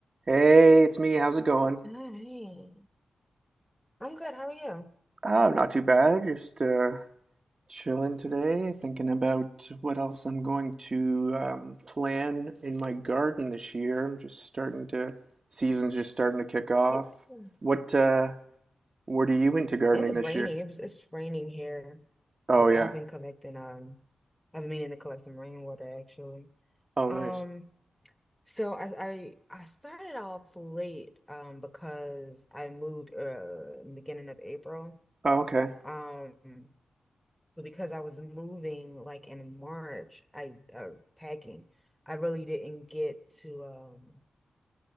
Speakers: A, on the right; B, in the centre.
A: Hey, it's me. How's it going?
B: All right. I'm good. How are you?
A: Oh, not too bad. Just uh, chilling today, thinking about what else I'm going to um, plan in my garden this year. I'm just starting to, season's just starting to kick off.
B: Yeah, Mm.
A: What uh, what are you into gardening
B: And it's
A: this
B: raining.
A: year?
B: It was, it's raining here.
A: Oh
B: So but
A: yeah.
B: I've been collecting um I've been meaning to collect some rainwater actually.
A: Oh,
B: Um
A: nice.
B: so I I, I started off late um because I moved uh in the beginning of April.
A: Oh, okay.
B: Um but because I was moving like in March, I uh packing. I really didn't get to um